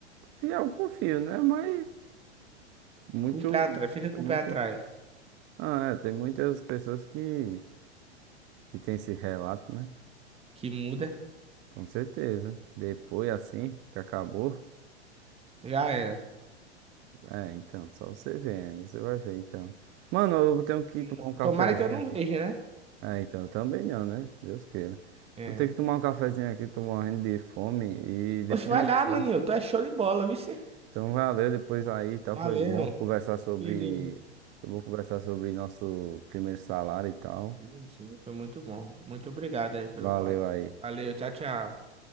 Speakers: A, on the right (about 35°); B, on the right (about 15°).
A: E eu confio, né? Mas muito,
B: Com o pé atrás, fica com
A: é muito.
B: o pé atrás.
A: Ah, é, tem muitas pessoas que, que tem esse relato, né?
B: Que muda,
A: Com certeza. Depois, assim, que acabou.
B: já era.
A: É, então, só você vendo, você vai ver, então. Mano, eu tenho que
B: N-
A: tomar um cafezinho
B: Tomara que eu não
A: aqui.
B: veja, né?
A: É, então, eu também não, né? Deus queira.
B: É.
A: Eu tenho que tomar um cafezinho aqui, tô morrendo de fome e depois
B: Oxe, vai
A: eu
B: lá,
A: converso.
B: maninho. Tu é show de bola, viu? cê?
A: Então, valeu, depois aí, tá?
B: Valeu,
A: Foi bom conversar sobre.
B: querido.
A: Foi bom conversar sobre nosso primeiro salário e tal.
B: Sim, sim, Foi muito bom. Muito obrigado aí pelo
A: Valeu
B: papo.
A: aí.
B: Valeu, tchau, tchau.